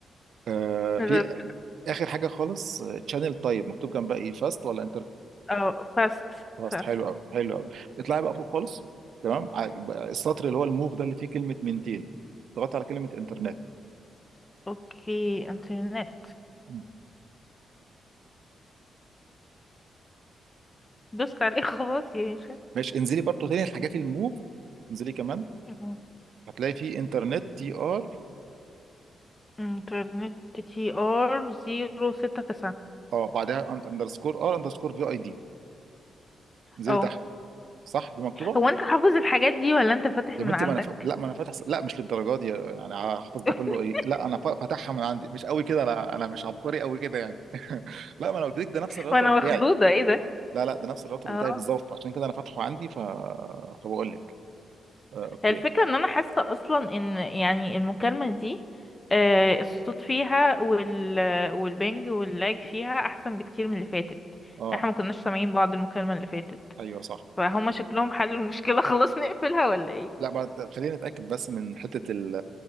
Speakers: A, on the right; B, on the left.
A: آه
B: <laughs> نزلت
A: في اخر حاجه خالص تشانل طيب مكتوب جنبها ايه فاست ولا
B: اه فاست
A: خلاص
B: فاست
A: حلو قوي حلو قوي اطلعي بقى فوق خالص تمام ع- بقى السطر اللي هو الموف ده اللي فيه كلمه منتين اضغطي على كلمه انترنت
B: اوكي انترنت
A: مم.
B: دوست عليه <laughs> خلاص يا
A: ماشي انزلي برضو تاني الحاجات الموف انزلي كمان
B: هشام
A: هتلاقي فيه انترنت تي ار
B: انترنت تي ار زيرو ستة تسعة
A: اه بعدها اندرسكور ار اندرسكور في اي دي انزلي
B: اه
A: تحت صح دي مكتوبه
B: هو انت حافظ الحاجات دي ولا انت فاتح
A: يا
B: من
A: بنتي
B: عندك
A: ما انا ف... لا ما انا فاتح لا مش للدرجه دي يعني هحفظ ده
B: <laughs>
A: كله ايه لا انا ف- فاتحها من عندي مش قوي كده انا انا مش عبقري قوي كده يعني لا ما انا قلت لك ده نفس الراوتر
B: وانا
A: بتاعي
B: مخضوضة ايه ده
A: لا لا ده نفس الراوتر
B: اه
A: بتاعي بالظبط عشان كده انا فاتحه عندي ف... فبقول لك آه اوكي
B: هي الفكرة ان انا حاسة اصلا ان يعني المكالمة دي آه، الصوت فيها وال والبنج واللاج فيها احسن بكتير من اللي فاتت
A: اه
B: يعني احنا ما كناش سامعين بعض المكالمة اللي فاتت
A: ايوه صح
B: فهما شكلهم حلوا المشكلة <laughs> خلاص نقفلها ولا ايه
A: لا بعد خلينا نتاكد بس من حته ال-